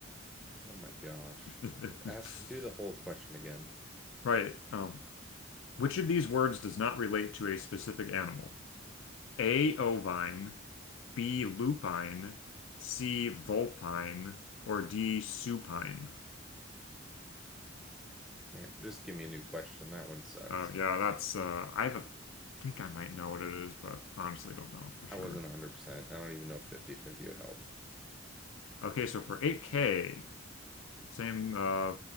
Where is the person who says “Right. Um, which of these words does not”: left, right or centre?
Left